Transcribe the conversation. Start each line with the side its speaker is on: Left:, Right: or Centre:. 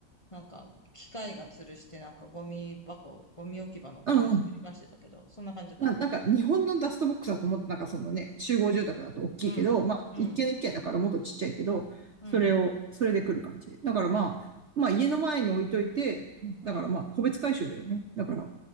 Left: なんか、機械が吊るして、なんか、ゴミ箱、ゴミ置き場のゴミひっくり返してたけど、
Right: うんうん、
Left: そんな感じかな。
Right: まあ、なんか日本のダストボックスだともっとなんかそのね、集合住宅だと大きいけど、
Left: うん、
Right: まあ一軒一軒だからもっとちっちゃいけど、
Left: うん、うん、
Right: それを、それで来る感じ。だからまあ、まあ家の前に置いといて、
Left: うん、
Right: だからまあ個別回収だよね。だから、